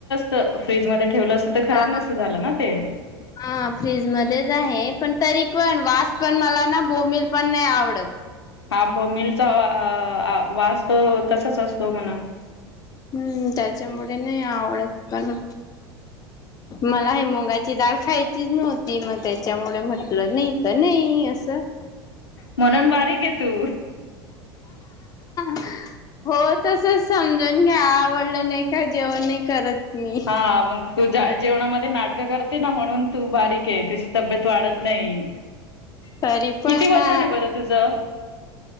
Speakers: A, on the left; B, on the left.
A: त फ्रीज मध्ये ठेवलं असतं, त खराब
B: हा
A: नसतं झालं ना ते
B: हा फ्रीज मध्येच आहे. पण तरी पण वास पण मला ना, बोंबील पण नाही आवडत.
A: हां, बोंबीलचा आ -वास तो, तसाच असतो म्हणा.
B: हम्म, त्याच्यामुळे नाही आवडत. पण मला हे मुंगाची डाळ खायचीच नव्हती, म त्याच्यामुळे म्हटलं नाही तर नाही, असं
A: म्हणून बारीक ये तू
B: हो तसच समजून घ्या,. आवडलं नाही, का जेवण नाही करत. मी
A: हा, मग तू जेवणामध्ये नाटकं करते ना, म्हणून तू बारी ठीक है, तुझी तब्येत वाढत नाही.
B: तरी पण
A: किती वजन
B: ना
A: आहे बरं तुझं?